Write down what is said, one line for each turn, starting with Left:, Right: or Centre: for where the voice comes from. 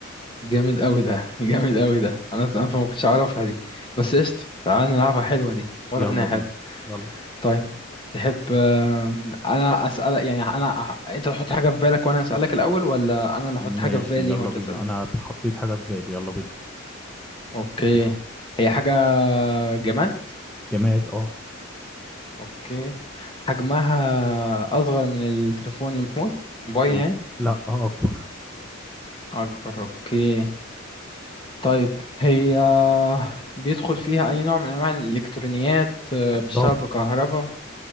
Left: جامد قوي ده <laughs> جامد قوي ده انا انا ما كنتش اعرفها دي بس قشطه تعال نلعبها حلوه دي واضح
Centre: يلا
Left: انها حلوه
Centre: بينا يلا
Left: طيب تحب آم، انا اسالك يعني انا أح- انت تحط حاجه في بالك وانا اسالك الاول ولا انا اللي احط
Centre: ماشي
Left: حاجه في بالي
Centre: يلا
Left: وانت
Centre: بينا
Left: تسالني
Centre: انا حطيت حاجة في بالي يلا بينا
Left: اوكي هي حاجه جماد
Centre: جماد اه
Left: اوكي حجمها اصغر من التليفون المحمول موبايل
Centre: لا
Left: يعني
Centre: لا اه اكبر
Left: اكبر اوكي طيب هي بيدخل فيها اي نوع من انواع الالكترونيات آه،
Centre: بالظبط
Left: بتشتغل بكهرباء